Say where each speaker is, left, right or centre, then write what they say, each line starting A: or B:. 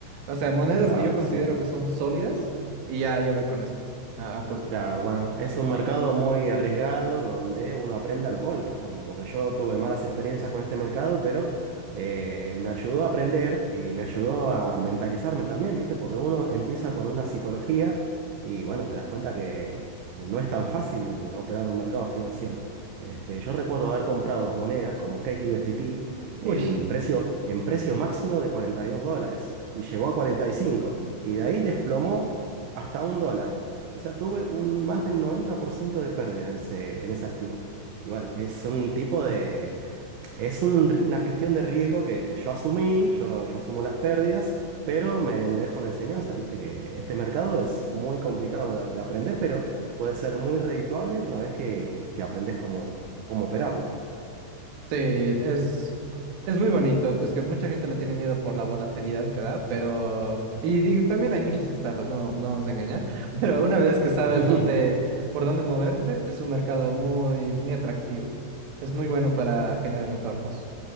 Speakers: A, on the right; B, on the right.
A: O sea, monedas
B: Claro,
A: que yo considero
B: sí.
A: que son sólidas y ya, ya voy con eso, a, a full.
B: Claro, bueno, es un mercado muy arriesgado donde uno aprenda los golpes también, porque yo tuve malas experiencias con este mercado, pero eh, me ayudó a aprender y me ayudó a mentalizarme también, ¿viste? Porque uno empieza con una psicología y bueno, te das cuenta que, que no es tan fácil operar un mercado financiero. Este, yo recuerdo haber comprado monedas como Cake USDT
A: Uy,
B: en precio, en precio máximo de 42 dólares y llegó a 45 y cinco y de ahí desplomó hasta un dólar. O sea, tuve un, más de un 90% de pérdida en ese, en ese activo. Y bueno, es un tipo de... Es un ri- una gestión de riesgo que, que yo asumí, yo, yo asumo las pérdidas, pero me, me deja una enseñanza, viste, que este mercado es muy complicado de, de aprender, pero puede ser muy redituable una vez que, que aprendes cómo, cómo operarlo.
A: sí, es, es muy bonito. Es que mucha gente le tiene miedo por la volatilidad que da, pero... Y digo, también hay muchas estafas, no, no vamos a engañar. <laughs> Pero una vez que sabes
B: <laughs>
A: dónde, por dónde moverte, es un mercado muy, muy atractivo. Es muy bueno para generar retornos.